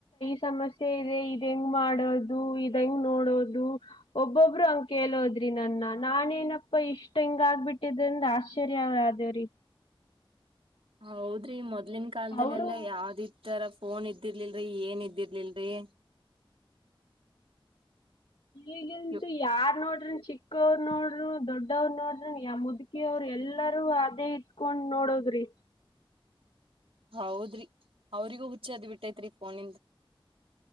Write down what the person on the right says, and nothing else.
ಹೌದ್ರಿ ಮೊದ್ಲಿನ ಕಾಲಲ್ದಲ್ಲೆಲ್ಲಾ
ಯಾವ್ದಿ ತರ ಫೋನ್ ಇದ್ದಿರ್ಲಿಲ್ರಿ ಏನ್ ಇದ್ದಿರ್ಲಿಲ್ರರಿ
ಇವ್
ಹೌದ್ರಿ ಅವ್ರಿಗೂ ಹುಚ್ಚದ್ ಬಿಟ್ಟೈತ್ರಿ ಫೋನಿಂದ